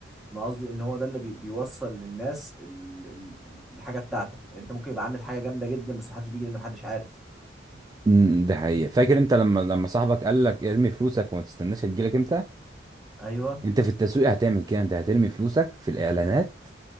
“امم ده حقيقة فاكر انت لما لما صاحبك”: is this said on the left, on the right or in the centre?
Right